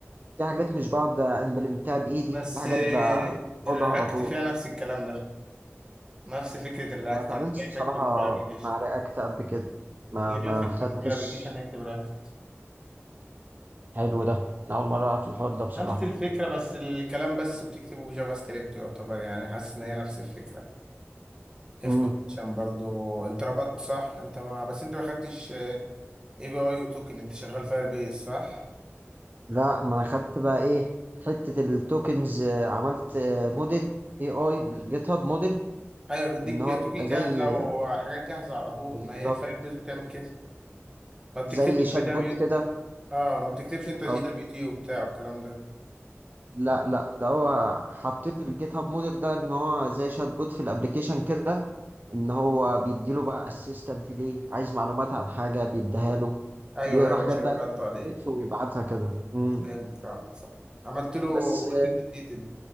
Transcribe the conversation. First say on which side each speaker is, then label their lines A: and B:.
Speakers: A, on the right; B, on the right.
A: في حاجات مش بقعد امبلمنتها بايدي
B: بس
A: في حاجات
B: آه،
A: باخدها
B: الرياكت
A: على طول
B: فيها نفس الكلام ده نفس فكرة الرياكت
A: ما اتعاملتش
B: يعني كيف
A: بصراحه
B: اكتب موبايل ابلكيشن
A: مع رياكت قبل كده ما
B: اللي
A: ما
B: بيعرف يكتب
A: خدتش
B: موبايل ابلكيشن يكتب رياكت
A: حلو ده أنا اول مره في الحوار ده بصراحه
B: نفس الفكرة بس الكلام بس بتكتبه بجافا سكريبت يعتبر يعني حاسس ان هي نفس الفكرة اف
A: مم.
B: كونديشن برضو انت ربطت صح انت ما بس انت ما خدتش اي بي اي وتوكن انت شغال فاير بيز صح
A: لا ما انا خدت بقى ايه حته التوكنز آه، عملت آه، موديل اي اي بالجيت هاب موديل
B: ايوه بيديك
A: ان هو بيبقى
B: توكن
A: زي
B: جاهزة وحاجات جاهزة على طول
A: بالظبط
B: ما هي الفاير بيز بتعمل كده ما بتكتبش
A: زي
B: انت
A: شات بوت كده
B: اه ما بتكتبش انت شيدك
A: أو
B: جي دبليو تي وبتاع والكلام ده
A: لا لا ده هو حطيت الجيت هاب موديل ده ان هو زي شات بوت في الابليكيشن كده ان هو بيديله بقى اسيستنت ليه عايز معلومات عن حاجه بيديها له
B: ايوه
A: بيقرا
B: ايوه
A: حاجات
B: عشان
A: بقى
B: غلطوا
A: من بي
B: عليه
A: دي اف ويبعتها كده امم
B: فاهم فاهم فاهم. عملت له
A: بس
B: اوثنتيكيتد